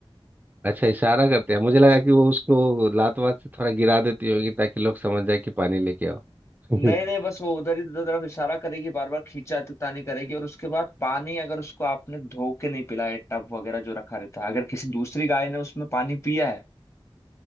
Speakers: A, on the right; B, on the left.
A: अच्छा इशारा करते हैं मुझे लगा कि वो उसको लात वात से थोड़ा गिरा देती होगी ताकि लोग समझ जाए कि पानी लेके आओ
B: नहीं
A: <laughs>
B: नहीं बस वो उधर ही उधर तरफ इशारा करेगी बार बार खींचा तानी करेगी और उसके बाद पानी अगर उसको आपने धो के नहीं पिलाया टब वगैरह जो रखा रहता है अगर किसी दूसरी गाय ने उसमें पानी पिया है